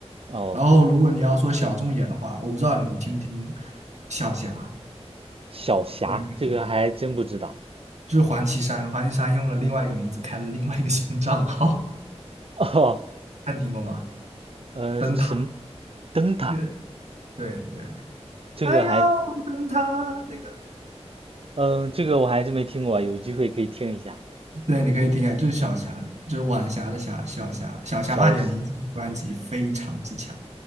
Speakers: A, on the right (about 55°); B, on the right (about 85°).
A: 哦，
B: 然后如果你要说小众一点的话，
A: 对，
B: 我不知道你听不听小霞，
A: 小霞这个还真不知道。
B: 你有没有听？就是黄绮珊，黄绮珊用了另外一个名字开了另外一个新账号，
A: 哦，
B: 你听过吗？
A: 呃，
B: 灯塔，
A: 什么灯塔？
B: 对对对，
A: 这个还，
B: 哎呦，灯塔那个，
A: 嗯，这个我还真没听过，有机会可以听一下。
B: 对，你可以听啊，就是小霞，就是晚霞的霞，小霞，小霞二点零这张专辑非常之强，
A: 小，